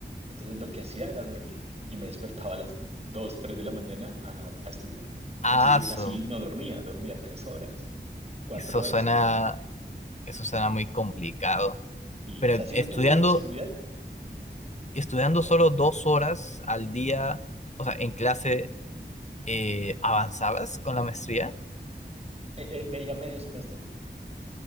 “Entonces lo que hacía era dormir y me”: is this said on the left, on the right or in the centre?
Right